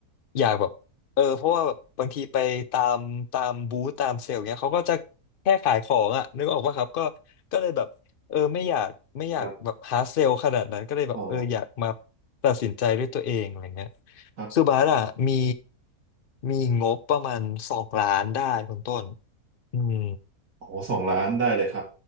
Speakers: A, on the left; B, on the right.
A: อยากแบบเออเพราะว่าแบบบางทีไปตามตามบูธตามเซลล์เงี้ยเขาก็จะแค่ขายของอ่ะนึกออกปะครับก็ก็เลยแบบเออไม่อยากไม่อยากแบบหาเซลล์ขนาดนั้นก็เลยแบบเอออยากมา
B: ครับอ๋อ
A: ตัดสินใจด้วยตัวเองอะไรเงี้ย
B: ครับ
A: คือบาร์อะมีมีงบประมาณสองล้านได้คุณต้นอืม
B: โอ้สองล้านได้เลยครับ